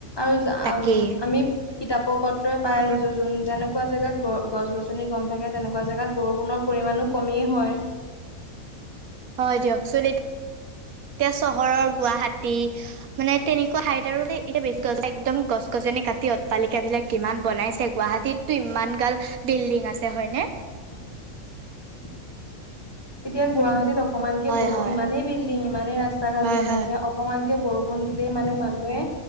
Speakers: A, on the left; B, on the right.
A: আৰু যা
B: তাকেই।
A: আম আমি কিতাপ উপত পত্ৰই
B: উম
A: পাই আহিছোঁ
B: উম।
A: যোন যেনক কুৱা জেগাত গ গছ গছনি কম থাকে, তেনেকুৱা জেগাত বৰষুণৰ পৰিমাণো কমেই হয়।
B: হয় দিয়কচোন এতিয়া চহৰৰ গুৱাহাটী মানে তেনেকুৱা হাইতৰলে এতিয়া একদম গছ-গছনি কাটি অট্টালিকা বিলাক কিমান বনাইছে। গুৱাহাটীতটো ইমান গাল বিল্ডিং আছে হয়নে
A: <inaudible> এতিয়া গুৱাহাটীত অকমানকে
B: হয়
A: ব'ৰ
B: হয়
A: ইমানেই বিল্ডিং, ইমানেই ৰাস্তা ঘাট
B: হয়
A: বনাইছে
B: হয়
A: অ অকণমানকে বৰষুণ দিলেই মানে মানুহে